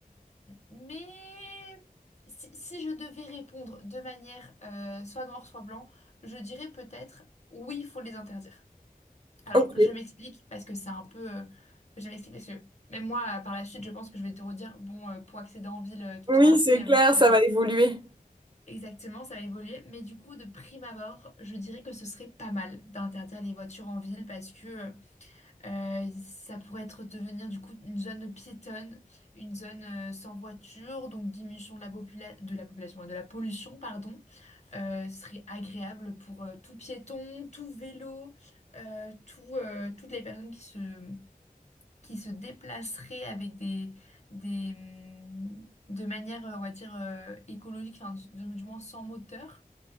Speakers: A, on the left; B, on the right.
A: mais si, si je devais répondre de manière euh, soit noire, soit blanc, je dirais peut-être oui, il faut les interdire. Alors,
B: ok.
A: je m'explique parce que c'est un peu... euh, je m'explique parce que même moi, euh, par la suite, je pense que je vais te redire, bon, euh, pour accéder en ville, euh, tout le
B: Oui,
A: temps à pied,
B: c'est
A: euh,
B: clair,
A: merci bien.
B: ça va évoluer.
A: Exactement, ça va évoluer. Mais du coup, de prime abord, je dirais que ce serait pas mal d'interdire les voitures en ville parce que euh, ça pourrait être devenir du coup une zone piétonne, une zone euh, sans voiture, donc diminution de la popula- de la population, de la pollution, pardon. Euh, ce serait agréable pour euh, tout piéton, tout vélo, euh, tout, euh, toutes les personnes qui se, qui se déplaceraient avec des, des, hum, de manière, euh, on va dire, euh, écologique, enfin, du du moins sans moteur.